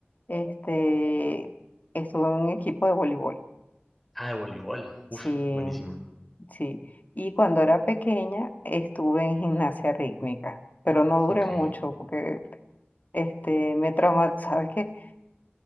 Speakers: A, on the left; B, in the centre.
A: este, estuve en un equipo de voleibol.
B: Ah, de voleibol,
A: Sí,
B: uf, buenísimo.
A: Sí, y cuando era pequeña estuve en gimnasia rítmica, pero no duré
B: Ok.
A: mucho porque este, me trauma, sabes que